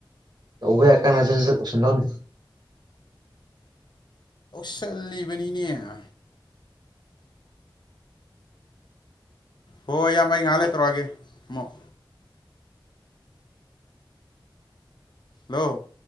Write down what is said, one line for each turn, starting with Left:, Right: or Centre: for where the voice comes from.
Right: ꯇꯧꯕ ꯌꯥꯏ ꯀꯥꯟꯗ ꯆꯠꯠ ꯀꯧꯁꯟꯗꯧꯅꯤ
Left: ꯆꯂꯤꯕꯅꯤꯅꯦ ꯍꯣꯏ ꯏꯌꯥꯝꯕ ꯑꯩ ꯉꯥꯏꯍꯥꯛ ꯂꯩ ꯇꯧꯔꯛꯑꯒꯦ ꯑꯃꯨꯛ ꯍꯜꯂꯣ